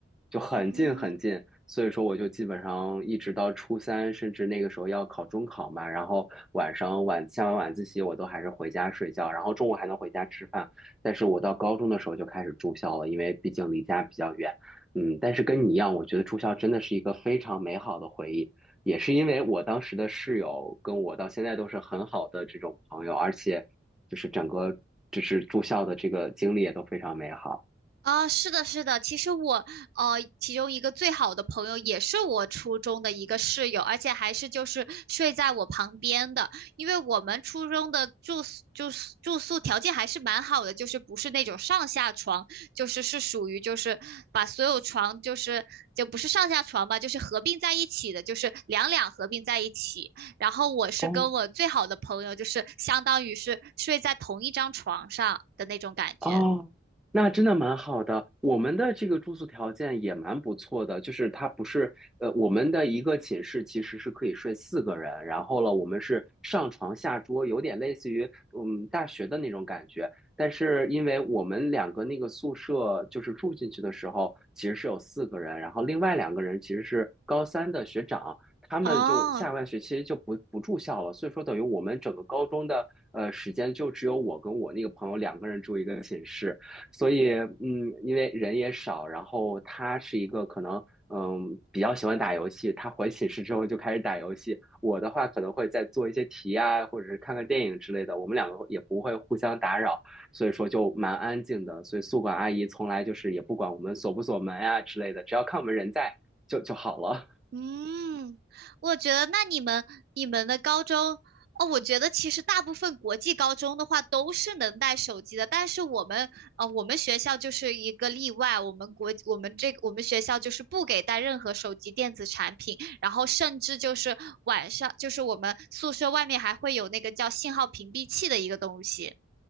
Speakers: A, in the centre; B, on the right.
A: 就很近很近，
B: 嗯，
A: 所以说我就基本上一直到初三，甚至那个时候要考中考嘛，然后晚上晚下完晚自习，我都还是回家睡觉，然后中午还能回家吃饭。但是我到高中的时候就开始住校了，因为毕竟离家比较远。嗯，但是跟你一样，我觉得住校真的是一个非常美好的回忆，也是因为我当时的室友跟我到现在都是很好的这种朋友，而且就是整个就是住校的这个经历也都非常美好。
B: 啊，是的，是的。其实我，呃，其中一个最好的朋友也是我初中的一个室友，而且还是就是睡在我旁边的。因为我们初中的住宿住宿住宿条件还是蛮好的，就是不是那种上下床，就是是属于就是把所有床就是就不是上下床吧，就是合并在一起的，就是两两合并在一起。然后我是跟我最好的朋友，
A: 哦
B: 就是相当于是睡在同一张床上的那种感觉。
A: 哦，那真的蛮好的。我们的这个住宿条件也蛮不错的，就是它不是呃，我们的一个寝室其实是可以睡四个人，然后了，我们是上床下桌，有点类似于嗯大学的那种感觉。但是因为我们两个那个宿舍就是住进去的时候，其实是有四个人，然后另外两个人其实是高三的学长，他们就下半学期就不不住校了，
B: 哦。
A: 所以说等于我们整个高中的呃时间就只有我跟我那个朋友两个人住一个寝室，所以嗯，因为人也少，然后他是一个可能嗯比较喜欢打游戏，他回寝室之后就开始打游戏，我的话可能会再做一些题啊，或者是看看电影之类的，我们两个也不会互相打扰，所以说就蛮安静的，所以宿管阿姨从来就是也不管我们锁不锁门啊之类的，只要看我们人在就就好了。
B: 嗯，我觉得那你们你们的高中哦，我觉得其实大部分国际高中的话都是能带手机的，但是我们呃我们学校就是一个例外，我们国我们这我们学校就是不给带任何手机电子产品，然后甚至就是晚上就是我们宿舍外面还会有那个叫信号屏蔽器的一个东西。